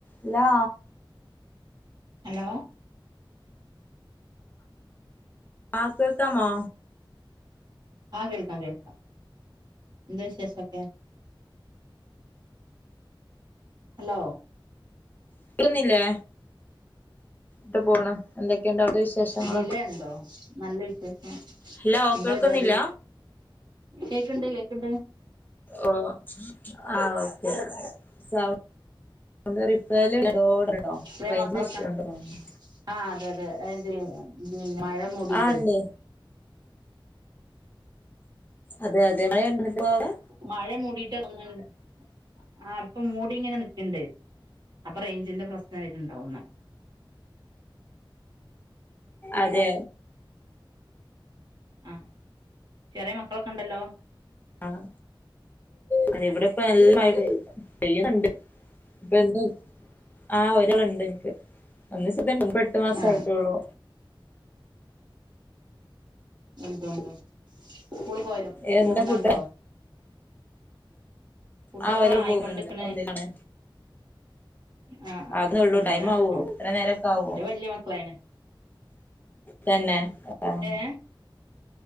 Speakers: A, on the left; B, on the right.
A: Hello
B: hello.
A: ആഹ് കേക്കാമോ
B: ആഹ് കേൾക്കാം കേൾക്കാം എന്താ വിശേഷൊക്കെ ഹലോ.
A: <unintelligible> ന്നില്ലേ? ട്ട് പോണ്. എന്തൊക്കെയുണ്ട് അവിടുത്തെ വിശേഷങ്ങള്
B: ഡിലെണ്ടോ? നല്ല വിശേഷം
A: ഹലോ
B: എന്താ
A: കേൾക്കുന്നില്ല
B: പര്പാടി? കേക്കണ്ട് കേക്കണ്ട്
A: ഓ ആഹ് ഓക്കെ സൗ <unintelligible>
B: ചെറിയ
A: റേഞ്ച്
B: മക്കളൊക്കെണ്ടൊ?
A: ഇഷ്യൂ ഉണ്ടോ തോന്നുന്നു
B: ആഹ് അതെ അതെ അതിയെ മഴ മൂടിട്ടേ
A: ആ ഉണ്ട് അതെ അതെ മയ ഉണ്ടൊ ഇപ്പോ അവ്ടെ?
B: മഴ മൂടിട്ടാ തോന്ന്ണ്ട്. ആഹ് ഇപ്പൊ മൂടി ഇങ്ങനെ നിക്ക്ണ്ട് അപ്പൊ റേഞ്ചിന്റെ പ്രശ്നം വര്ണ്ടാവുന്നാ.
A: അതെ
B: ആഹ് ചെറിയ മക്കളൊക്കെണ്ടല്ലോ?
A: ആഹ് അല്ല ഇവിട്‌പ്പ നല്ല മയ ചെയ്യ്ന്ന്ണ്ട്. ഇപ്പന്ന് ആഹ് ഒരാള്ണ്ട് ഇനിക്ക് ഒന്ന് ഇ എട്ട് മാസായ്ട്ടോള്ളൂ.
B: ആ <unintelligible> ഒണ്ടോ സ്കൂളിപോയ
A: എന്താ
B: പോന്നൊണ്ടോ?
A: ഫുഡ്
B: ഫുഡൊക്കെ
A: ആഹ് ഒരാള്
B: ആയിക്കൊണ്ടിക്കണ്
A: പോന്ന്ണ്ട് ഒന്നിലാണ്.
B: ആ ആ
A: ആകുന്നെള്ളൂ
B: ഒന്നുമില്ല
A: ടൈം ആവോ?
B: ആ
A: ഇത്ര നേരൊക്കെ ആവോ?
B: എന്റെ വല്യ മക്കളായിന്
A: തന്നെ ആഹ്
B: ഏഹ്